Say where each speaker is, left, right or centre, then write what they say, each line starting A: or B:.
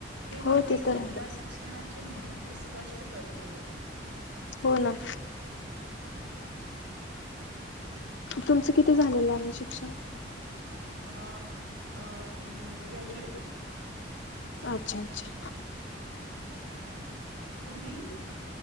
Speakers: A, on the right (about 75°); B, on the left (about 75°).
A: हे
B: हो
A: वाक्य
B: ते तर
A: महिला
B: आहे.
A: शिक्षणाचे महत्त्व स्पष्ट करते हे
B: हो ना तुमचं किती झालेलं आहे शिक्षण
A: अं अ ग्रेॅज्युएट
B: अच्छा अच्छा
A: तुम्ही